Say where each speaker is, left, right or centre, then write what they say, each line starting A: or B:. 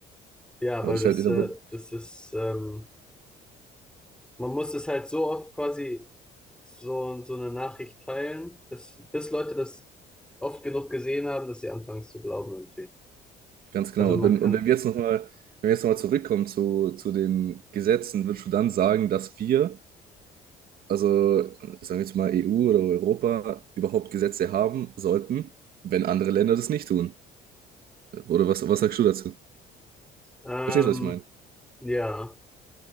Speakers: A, in the centre; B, on the right (about 60°).
A: Ja,
B: Aber
A: weil
B: das
A: das,
B: ist halt in der
A: äh,
B: Mo-
A: das ist, ähm, Man muss es halt so oft quasi so, so eine Nachricht teilen, bis, bis Leute das oft genug gesehen haben, dass sie anfangen es zu glauben irgendwie.
B: ganz genau.
A: Also man
B: Und wenn,
A: kann,
B: und wenn wir jetzt nochmal, wenn wir jetzt nochmal zurückkommen zu, zu den Gesetzen, würdest du dann sagen, dass wir also sagen wir jetzt mal EU oder Europa, überhaupt Gesetze haben sollten, wenn andere Länder das nicht tun. Oder was, was sagst du dazu?
A: ähm,
B: Verstehst du, was ich meine?
A: ja,